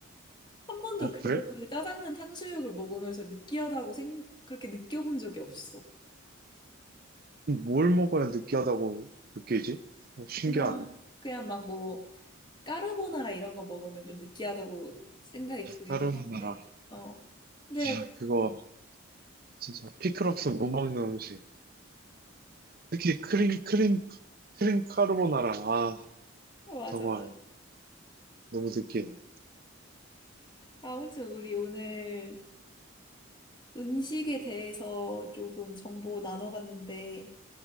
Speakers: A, on the left (about 20°); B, on the right (about 45°).
A: 한 번도
B: 어,
A: 그
B: 그래?
A: 짜장면, 탕수육을 먹으면서 느끼하다고 생, 그렇게 느껴본 적이 없어.
B: 뭘 먹어야 느끼하다고 느끼지? 어, 신기하네.
A: 그냥, 그냥 막 뭐, 까르보나라 이런 거 먹으면 좀 느끼하다고 생각이 들긴
B: 까르보나라.
A: 하는데, 어. 근데,
B: 아, 그거 진짜 피클 없으면 못 먹는 음식. 특히 크림, 크림, 크림 까르보나라. 아,
A: 어, 맞아.
B: 정말
A: 맞아.
B: 너무 느끼해.
A: 아무튼 우리 오늘 음식에 대해서 조금 정보 나눠봤는데,